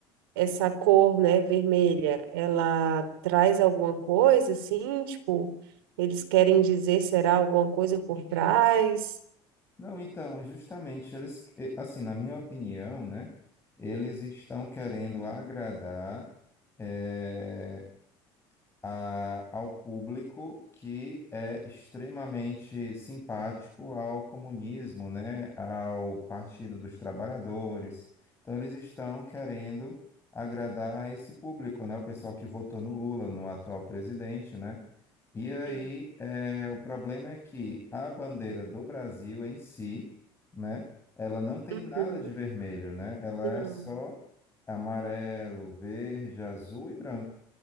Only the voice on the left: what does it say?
Não, então, justamente, eles, eh, assim, na minha opinião, né, eles estão querendo agradar eh, a- ao público que é extremamente simpático ao comunismo, né, ao Partido dos Trabalhadores. Então, eles estão querendo agradar esse público, né, o pessoal que votou no Lula, no atual presidente, né? E aí,
é, o problema é que a bandeira do Brasil em si, né, ela não tem
nada de vermelho, né? Ela
é só amarelo, verde, azul e branco.